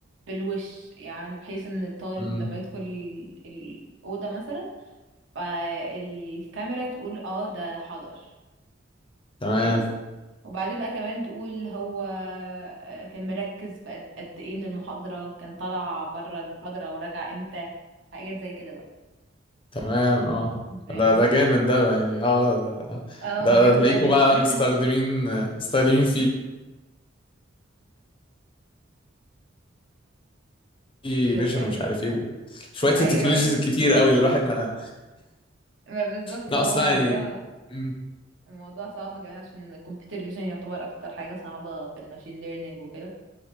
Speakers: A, on the right; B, on the left.
A: بالوش يعني بحيث ان الطالب
B: امم
A: لما يدخل ال- الأوضة مثلا فالكاميرا تقول اه ده حضر
B: تمام
A: فاهم وبعدين بقى كمان تقول هو آه، كان مركز في قد قد ايه من المحاضرة كان طلع بره المحاضرة وراجع امتى حاجات زي كده بقى
B: تمام اه
A: فاهمني
B: ده ده جامد ده يعني اه ده
A: اه هو
B: ده
A: جامد
B: تلاقيكوا
A: بقى بس
B: بقى
A: <laughs>
B: مستخدمين مستخدمين فيه نيرجن
A: يعني يعني
B: ومش عارف ايه شوية
A: ايوه
B: التكنولوجيز
A: ايوه
B: الكتير قوي اللي الواحد ما
A: ما بالظبط
B: لا
A: ما
B: اصلا
A: هو موضوع
B: يعني مم،
A: الموضوع صعب كمان عشان الكمبيوتر فيجن يعتبر اكتر حاجة صعبة في الماشين ليرنينج وكده